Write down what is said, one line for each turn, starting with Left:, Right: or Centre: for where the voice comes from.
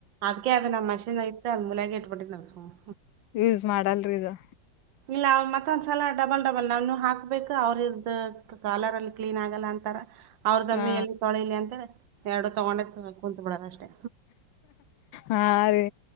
Right: ಅದಕ್ಕೆ ಅದ ನಮ್ಮಷೆನ್ ನಾಗ್ ಇಟ್ಟ ಅದು ಮೂಲ್ಯ ಇಟ್ಬಟ್ಟಿ ಸುಮ್ನೆ
Left: ಯೂಸ್ ಮಾಡಲ್ರಿ ಅದು
Right: ಇಲ್ಲ ಅವ ಮತ್ತೊಂದ್ಸಲ ಡಬಲ್ ಡಬಲ್ ನಾವ್ನು ಹಾಕ್ ಬು ಅವ್ರದ ಕಾಲರ್ ಅಲ್ಲಿ ಕ್ಲೀನ್ ಆಗಲ್ಲ ಅಂತಾರ ಅವ್ರದಮ್ಮಿ
Left: ಹಾ
Right: ಎಲ್ಲಿ ತೊಳಲಿ ಅಂತ ಎರಡು ತಗೊಂಡೆ ಕುಂತು ಬಿಡದ ಅಷ್ಟೇ
Left: ಹಾ ರೀ